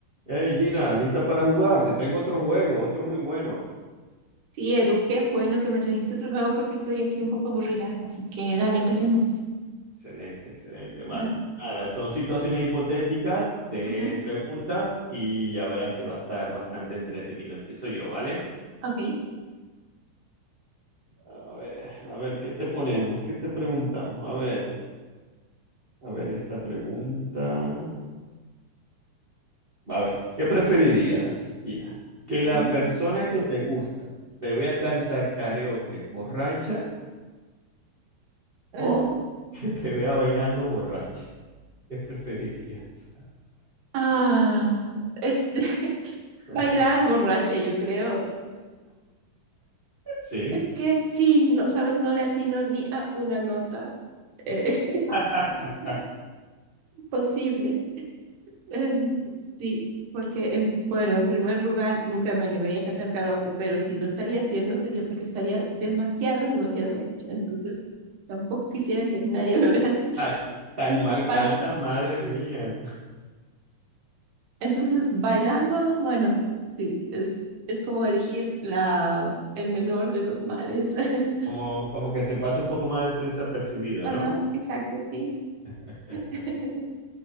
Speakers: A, on the right (about 30°); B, on the right (about 85°).
A: Hey Gina, ¿lista para jugar? Te traigo otro juego, otro muy bueno.
B: Sí, Edu, qué bueno que me trajiste otro juego porque estoy aquí un poco aburrida. Así que dale, empecemos.
A: Excelente, excelente, vale.
B: Ah,
A: Nada, son situaciones hipotéticas de
B: ujú,
A: preguntas y ya verás que va a estar bastante entretenido. Empiezo yo, ¿vale?
B: ok.
A: A ver, a ver, ¿qué te ponemos? ¿Qué te preguntamos? A ver, a ver esta pregunta. A ver, ¿qué preferirías, Gina? ¿Que la
B: Ujú.
A: persona que te gusta te vea cantar karaoke borracha
B: Ah,
A: o que te vea bailando borracha? ¿Qué preferirías?
B: ah, este, <laughs>
A: Right.
B: bailar borracha, yo creo.
A: Sí.
B: Es que sí, no sabes, no le atino ni a una nota. Eh,
A: <laughs>
B: <laughs> posible. Eh, sí, porque, en- bueno, en primer lugar, nunca me animaría a cantar karaoke, pero si lo estaría haciendo sería porque estaría demasiado, demasiado borracha. Entonces, tampoco quisiera que nadie <laughs> me vea así.
A: Ay, tan
B: Entonces,
A: mal
B: bai-
A: canta, madre mía.
B: entonces bailando, bueno, sí, es, es como elegir la, el menor de los males. <laughs>
A: Como, como que se pasa un poco más desapercibido,
B: Ajá,
A: ¿no?
B: exacto, sí.
A: Eh,
B: <laughs>